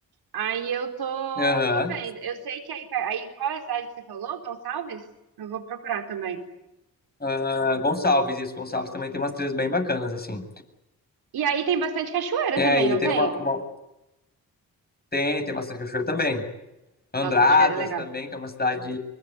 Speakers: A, on the right; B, on the left.
A: Aí eu tô,
B: Aham.
A: tô vendo. Eu sei que aí, per- aí qual é a cidade que você falou? Gonçalves? Eu vou procurar também.
B: Ah, Gonçalves, isso. Gonçalves também tem umas trilhas bem bacanas, assim.
A: E aí tem bastante cachoeira
B: É,
A: também,
B: e
A: não
B: tem
A: tem?
B: uma, uma- Tem, tem bastante cachoeira também. Andradas
A: Nossa, cachoeira é legal.
B: também, que é uma cidade